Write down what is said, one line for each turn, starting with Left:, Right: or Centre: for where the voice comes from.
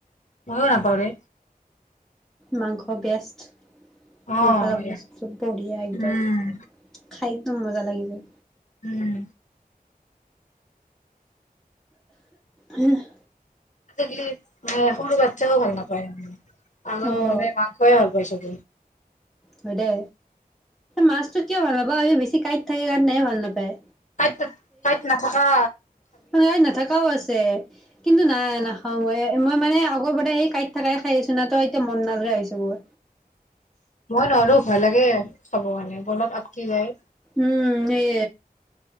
Left: মইও নাপাওঁ ৰে
Centre: মাংস বেষ্ট।
Left: অ',
Centre: মাংস লা
Left: এয়া
Centre: বস্তু বহিয়া একদম
Left: উম,
Centre: খাই। মজা লাগি যাই।
Left: উম।
Centre: উ <inaudible> হ <unintelligible>
Left: আগ্লি অ। স গাতও ভাল নাপায় আৰু
Centre: অ',
Left: মানে মাংসে ভাল পায় চব।
Centre: হয় দে মাছতো কিয় ভাল নাপা আৰু বেছি কাঁইট থাকে কাৰণেে ভাল নাপায়।
Left: কাই কাইট নথকা।
Centre: মানেই নাথকাও আছে কিন্তু নাই ন। অ মই মই মানে আগৰ পৰা সেই কাঁট থাকাইে খাই আছো ন তো এতিয়া মন নাজৰে হৈছে বোৰ।
Left: মই নোৱাৰো ভয় লাগে। হব মানে বনত আটকি যায়।
Centre: উম সেই।